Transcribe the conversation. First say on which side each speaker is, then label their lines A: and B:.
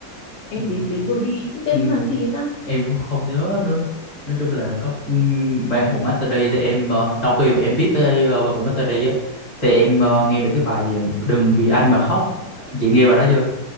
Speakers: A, on the left; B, on the left.
A: em
B: ừ,
A: đến đến rồi đi cái tên
B: ừ. ừ.
A: nó là gì ấy ta
B: em cũng không nhớ nữa nói chung là có ừm, ban hùng master đi thì em ờ, sau khi mà em biết tới ờ, ban hùng master đi á thì em ờ, nghe được cái bài gì, đừng vì anh mà khóc chị nghe bài đó chưa